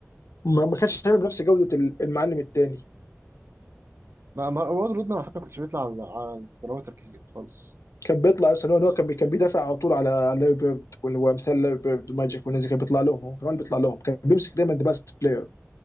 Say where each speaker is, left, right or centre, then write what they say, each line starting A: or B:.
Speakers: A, on the left (about 80°); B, on the right (about 50°).
A: ما ما كانش هيعمل بنفس جوده ال- المعلم التاني
B: ما ما- وارد رودمان على فكره ما كانش بيطلع على على البارامتر كتير خالص
A: كان بيطلع اصلا هو إن هو كان بي- كان بيدافع على طول على على لاري بيرد وال- وامثال لاري بيرد وماجيك والناس دي كان بيطلع لهم هو كمان بيطلع لهم كان بيمسك دايما ذا بيست بلاير